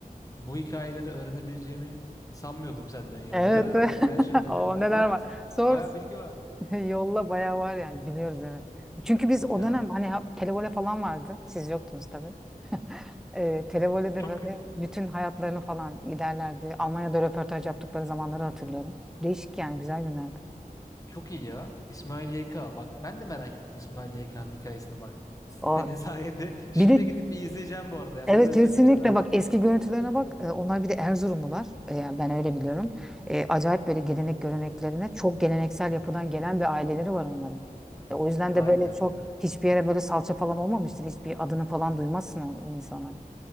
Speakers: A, on the left; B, in the centre.
A: bu hikayeleri öğrenebileceğimi sanmıyordum senden ya.
B: Evet.
A: Neler öğrendik
B: <laughs>
A: ya şimdi
B: O
A: bir anda.
B: neler
A: Bayağı
B: var. Sor
A: bayağı bilgi var.
B: <laughs> yolla bayağı var yani biliyoruz evet. Çünkü biz o
A: Ya
B: dönem hani ha- televole falan vardı. Siz yoktunuz tabii. Ee, televole'de
A: çok
B: böyle bütün hayatlarını falan giderlerdi. Almanya'da röportaj yaptıkları zamanları hatırlıyorum. Değişik yani güzel günlerdi.
A: çok iyi ya. İsmail YK. Bak ben de merak ettim İsmail YK'nın hikayesini bak. <laughs> Senin
B: O
A: sayende. Şimdi
B: bir de
A: gidip bir izleyeceğim bu arada yani
B: Evet
A: öyle
B: kesinlikle
A: söyleyeyim sana.
B: bak eski görüntülerine bak E, onlar bir de Erzurumlular E, yani ben öyle biliyorum E, acayip böyle gelenek göreneklerine çok geleneksel yapıdan gelen bir aileleri var onların E, o yüzden
A: Vay
B: de böyle
A: be.
B: çok hiçbir yere böyle salça falan olmamıştır hiçbir adını falan duymazsın o, o insanların